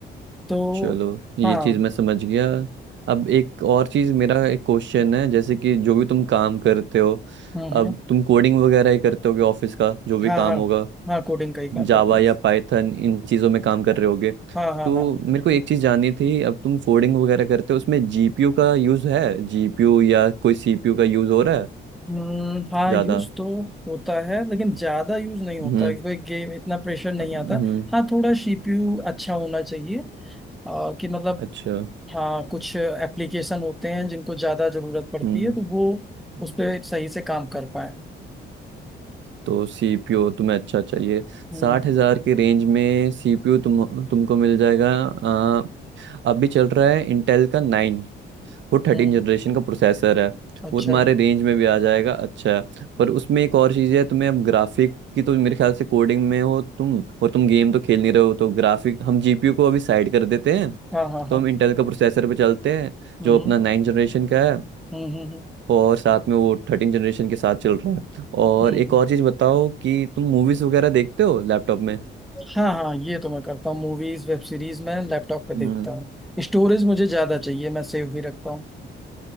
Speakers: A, in the centre; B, on the right.
A: तो
B: चलो ये
A: हाँ
B: चीज मैं समझ गया अब एक और चीज मेरा एक क्वेश्चन है जैसे कि जो भी तुम काम करते हो
A: हम्म
B: अब
A: हम्म
B: तुम कोडिंग वगैरह ही करते होगे ऑफिस का जो भी
A: हाँ
B: काम
A: हाँ
B: होगा
A: हाँ कोडिंग का ही काम
B: जावा
A: करना है।
B: या पाइथन इन चीज़ों में काम कर रहे होगे
A: हाँ हाँ हाँ
B: तो
A: हाँ।
B: मेरे को एक चीज़ जाननी थी अब तुम कोडिंग वगैरह करते हो उसमें जीपीयू का यूज़ है जीपीयू या कोई सीपीयू का यूज़ हो रहा है
A: हम्म, हाँ
B: ज़्यादा
A: यूज तो होता है लेकिन ज्यादा यूज नहीं होता
B: हम्म
A: है कोई गेम इतना प्रेशर नहीं
B: हम्म
A: आता हाँ थोड़ा सीपीयू अच्छा होना चाहिए आ, कि मतलब
B: अच्छा
A: हाँ कुछ एप्लीकेशन होते हैं जिनको ज्यादा जरूरत पड़ती
B: हम्म
A: है तो वो उस पर सही से काम कर पाए
B: तो सीपीयू तुम्हें अच्छा चाहिए
A: हम्म
B: साठ हज़ार के रेंज में सीपीयू तुम तुमको मिल जाएगा आ, अभी चल रहा है इंटेल का नाइन वो थर्टीन
A: हम्म
B: जनरेशन का प्रोसेसर है
A: अच्छा
B: वो तुम्हारे रेंज में भी आ जाएगा अच्छा है पर उसमें एक और चीज़ है तुम्हें अब ग्राफिक की तो मेरे ख्याल से कोडिंग में हो तुम और तुम गेम तो खेल नहीं रहे हो तो ग्राफिक हम जीपीयू को अभी साइड कर देते हैं
A: हाँ हाँ
B: तो
A: हाँ
B: हम इंटेल का प्रोसेसर पे चलते हैं
A: हम्म
B: जो अपना नाइन जनरेशन का है
A: हम्म हम्म हम्म
B: और साथ में वो थर्टीन जनरेशन के साथ चल रहा है और
A: हम्म। हम्म।
B: एक और चीज़ बताओ कि तुम मूवीज़ वगैरह देखते हो लैपटॉप में
A: हाँ हाँ ये तो मैं करता हूँ मूवीज वेब सीरीज मैं लैपटॉप पे देखता
B: हम्म
A: हूँ स्टोरेज मुझे ज्यादा चाहिए मैं सेव भी रखता हूँ